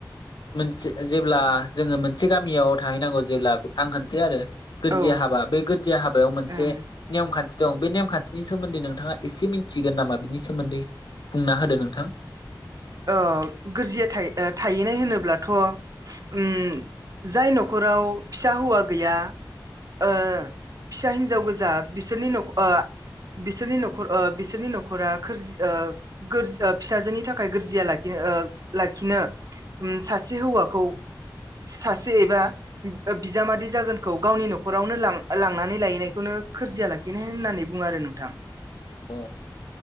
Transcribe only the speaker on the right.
औ
ओं
ओ गोरजिया थाय थाहैनाय होनोब्लाथ' उम जाय न'खर राव फिसा हौवा गैया ओ फिसा हिनजाव गोजा बिसोरनि न'ख ओ बिसोरनि न'खर ओ बिसोरनि न'खरा खोरजि ओ गोरजि फिसाजोनि थाखाय थाखाय गोरजिया ओ लाखि लाखिनो उम सासे हौवाखौ सासे एबा बिजामादै जागोनखौ गावनि न'खरावनो लां लांनानै लाहैनायखौनो खोरजिया लाखिनाय होननानै बुङो आरो नोंथां।